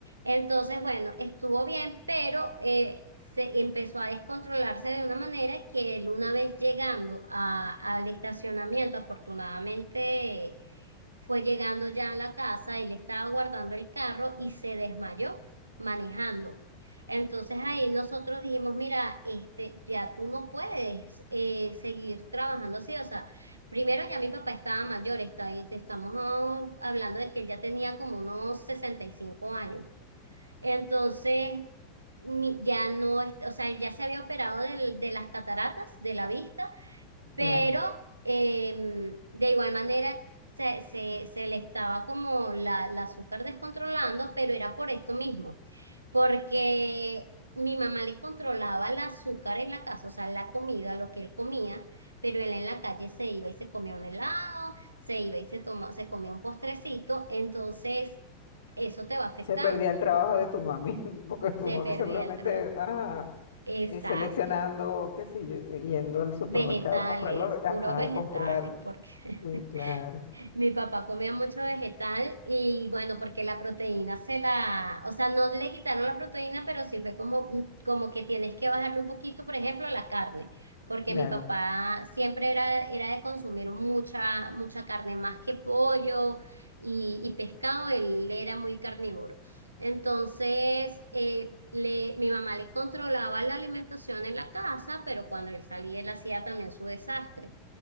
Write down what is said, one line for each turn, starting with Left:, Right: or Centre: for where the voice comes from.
Right: Entonces, bueno, estuvo bien, pero eh, se empezó a descontrolarse de una manera que él una vez llegando a- al estacionamiento, afortunadamente eh, fue llegando ya a la casa, él estaba guardando el carro y se desmayó manejando. Entonces ahí nosotros dijimos, mira, este, ya tú no puedes eh, seguir trabajando así, o sea, primero ya mi papá estaba mayor, está, estamos ah, hablando de que él ya tenía como unos 65 años. Entonces, mi- ya no, es- o sea, él ya se había operado del- de las cataratas, de la vista, pero
Left: claro.
Right: eh, de igual manera se, se, se le estaba como la, la azúcar descontrolando, pero era por esto mismo, porque mi mamá le controlaba el azúcar en la casa, o sea, la comida, lo que él comía, pero él en la calle se iba y se comía un helado, se iba y se toma, se comía un postrecito, entonces eso te va afectando.
Left: Se perdía el trabajo de tu mami, <laughs> porque tu
Right: Se
Left: mami
Right: perdía
Left: seguramente,
Right: el trabajo.
Left: ajá,
Right: Exacto.
Left: eh, seleccionando, qué sé yo, yendo al supermercado
Right: Vegetales,
Left: a comprarlo, ajá,
Right: puros vegetales,
Left: a comprar.
Right: porque
Left: Sí,
Right: <laughs>
Left: claro,
Right: Mi papá comía mucho vegetal y bueno, porque la proteína se la, o sea, no le quitaron la proteína, pero sí fue como, mm, como que tienes que bajarle un poquito, por ejemplo, la carne, porque
Left: claro.
Right: mi papá siempre era, era de consumir mucha, mucha carne, más que pollo y, y pescado, él era muy carnívoro. Entonces, eh, le, mi mamá le controlaba la alimentación en la casa, pero cuando él salía, él hacía también su desastre.